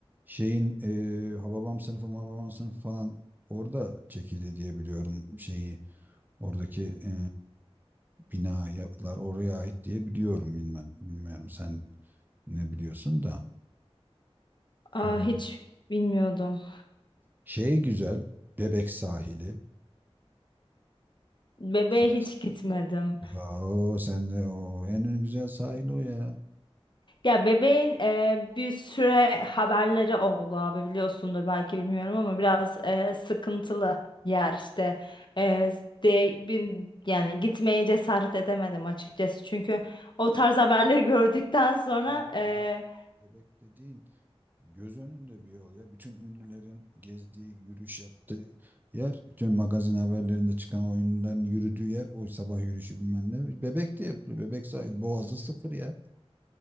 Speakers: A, on the right; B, on the left.
A: şeyin e, Hababam sınıfı, Hababam sınıfı falan orada çekildi diye biliyorum şeyi. Oradaki e, binalar oraya ait diye biliyorum. Bilmem, bilmiyorum sen ne biliyorsun da.
B: Aa
A: E,
B: hiç bilmiyordum.
A: şey güzel, Bebek sahili.
B: Bebeğe
A: Sa-
B: hiç gitmedim.
A: O sen de o en güzel sahil o ya.
B: Ya bebeğin e, bir süre haberleri oldu abi biliyorsundur belki bilmiyorum ama biraz e, sıkıntılı yer işte E, de, bin- yani gitmeye cesaret edemedim açıkçası çünkü o tarz haberleri <laughs> gördükten sonra
A: Of
B: e,
A: ya, Bebek dediğin göz önünde bir yol ya. Bütün ünlülerin gezdiği, yürüyüş yaptığı yer, bütün magazin haberlerinde çıkan o ünlülerin yürüdüğü yer, o sabah yürüyüşü bilmem ne. Bebek de yapılıyor. Bebek sahili. Boğaz'da sıfır ya.